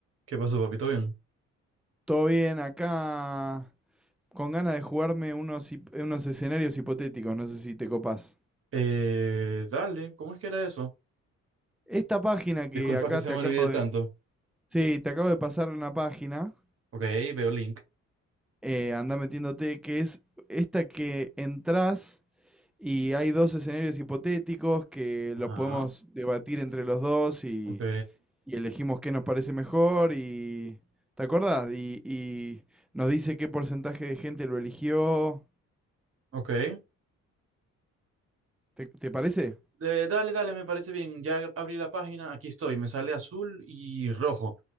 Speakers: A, on the right (about 45°); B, in the centre.
A: ¿Qué pasó, papito? Bien.
B: Todo bien, acá con ganas de jugarme unos, hip- unos escenarios hipotéticos, no sé si te copás.
A: Eh, dale, ¿cómo es que era eso?
B: Esta página que
A: Disculpa
B: acá
A: que se
B: te
A: me
B: acabo
A: olvide tanto.
B: de... Sí, te acabo de pasar una página,
A: Ok, veo link.
B: eh, andá metiéndote, que es esta que entrás y hay dos escenarios hipotéticos que
A: Ajá,
B: los podemos debatir entre los dos y,
A: ok,
B: y elegimos qué nos parece mejor y... ¿Te acordás? Y, y nos dice qué porcentaje de gente lo eligió.
A: ok.
B: ¿Te, te parece?
A: Eh, dale, dale, me parece bien. Ya abrí la página, aquí estoy. Me sale azul y rojo.